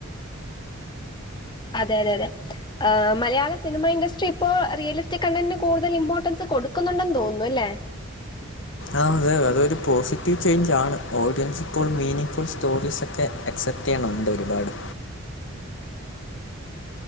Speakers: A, on the left; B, on the left.
A: അതെ അതെ അതെ മലയാള സിനിമ ഇഡസ്ട്രി ഇപ്പോ റിയലിസ്റ്റിക് കണ്ണന്ന് കൂടുതൽ ഇമ്പോർട്ടൻസ് കൊടുക്കുന്നുണ്ടെന്ന് തോന്ന്ന്നു അല്ലേ
B: ആഹ് അതെ അതൊരു പോസിറ്റീവ് ചൈഞ്ചാണ് ഓഡിയൻസ് ഇപ്പോളും മീനിങ് ഫുൾ സ്റ്റോറീസക്കെ എക്സെപ്റ്റിയ്യാൺ തോന്ന്ന്ന്ണ്ട് ഒരുപാട്